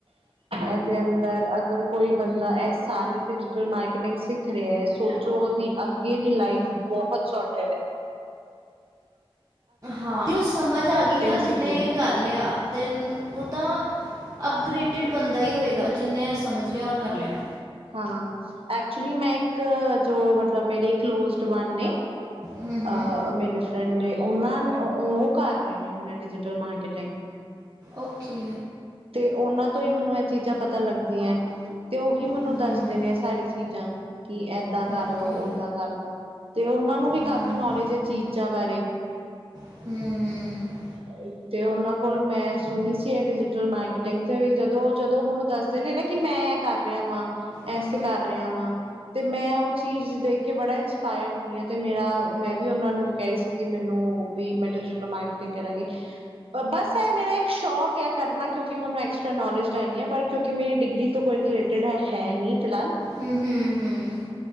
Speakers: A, on the right; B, on the right.
A: <inaudible> ਇਹਦੇ ਅੰਦਰ ਅਗਰ ਕੋਈ ਬੰਦਾ, ਇਸ ਸਾਲ ਡਿਜੀਟਲ ਮਾਰਕੀਟਿੰਗ ਸਿੱਖ ਰਿਹਾ ਸੋਚੋ ਉਹਦੀ ਅੱਗੇ ਦੀ ਲਾਈਫ ਬਹੁਤ ਸ਼ੋਰਟਡ ਐ।
B: ਹਾਂ, ' <unintelligible> ' ਸਮਝ ਆ ਗਈ ਨਾ
A: ਸਿੱਖ
B: ਜਿਹਨੇ
A: ਲਈ
B: ਕਰ ਲਿਆ, ਦਿਨ ਉਹ ਤਾਂ, ਅਪਗ੍ਰੇਡ ਟਿਡ ਬੰਦਾ ਹੀ ਹੋਏਗਾ, ਜਿਹਨੇ ਆ ਸਮਝ ਲਿਆ, ਔਰ ਕਰ ਲਿਆ।
A: ਹਾਂ, ਐਕਚੁਲੀ ਮੈਂ ਇੱਕ ਜੋ ਮਤਲਬ ਮੇਰੇ ਕਲੋਜ਼ਡ ਵਨ ਨੇ,
B: ਹੂੰ, ਹੂੰ।
A: ਅਅ ਮੇਰੇ ਫਰੈਡ ਏ, ਉਹਨਾਂ ਨ ਉਅ ਕਰ ਰੇ ਨੇ ਹੁਣੇ ਡਿਜੀਟਲ ਮਾਰਕੀਟਿੰਗ।
B: ਓਕੇ।
A: ਤੇ ਉਨਾਂ ਤੋਂ ਈ ਮਨੂੰ ਇਅ ਚੀਜ਼ਾਂ ਪਤਾ ਲਗਦੀਐਂ। ਤੇ ਉਹੀ ਮਨੂੰ
B: ਹੂੰ,
A: ਦੱਸ
B: ਹੂੰ।
A: ਦੇ ਨੇ ਐ ਸਾਰੀ ਚੀਜ਼ਾਂ, ਕੀ ਏਦਾਂ ਕਰਲੋ,
B: ਓਕੇ।
A: ਓਦਾਂ ਕਰਲੋ। ਤੇ ਉਨਾਂ ਨੂੰ ਵੀ ਕਾਫ਼ੀ
B: ਹੂੰ।
A: ਨੌਲੇਜ ਏ ਚੀਜ਼ਾਂ ਬਾਰੇ।
B: ਹਮ।
A: ਆਏ ਤੇ ਉਨਾਂ ਕੋਲ ਮੈਂ ਸੁਣੀ ਸੀ ਇ ਡਿਜੀਟਲ ਮਾਰਕ ਕਿਟਿੰਗ 'ਚ' ਜਦੋਂ ਜਦੋਂ ਮਨੂੰ ਦੱਸਦੇ ਨੇ ਨਾ ਕਿ ਮੈਂ ਏ ਕਰ ਰਿਆ ਵਾਂ
B: ਹੂੰ,
A: ਐਸ
B: ਹੂੰ,
A: 'ਚ' ਕਰ ਰਿਹਾ ਵਾਂ। ਤੇ ਮੈਂ ਉਅ ਚੀਜ਼ ਦੇਖ ਕੇ ਬੜਾ ਇੰਸਪਾਇਰਡ ਹੁੰਨੀ ਆਂ ਤੇ ਮੇਰਾ ਮੈਂ ਵੀ ਉਨਾਂ ਨੂੰ ਕੈਰੀ ਸੀ ਕੀ ਮੈਨੂੰ। ਵੀ ਮੈਟਰ ਕੇ ਮੈ ਐਕਟਿੰਗ ਕਰਾਂਗੀ, ਅ ਬੱਸ ਐ ਮੇਰਾ ਇੱਕ ਸ਼ੌਕ ਐ ਕਰਨਾ ਕਿਉਂਕਿ ਕਿ ਮਨੂੰ ਐਕਸਟਰਾ ਨੌਲੇਜ ਲੈਣੀ ਐ, ਪਰ ਕਿਉਂਕਿ ਮੇਰੀ ਡਿਗਰੀ ਤੋਂ ਕੋਈ ਰਿਲੇਟਿਡ ਹੈ ਨੀ ਫਿਲਹਾਲ।
B: ਹੂੰ-ਹੂੰ, ਹੂੰ।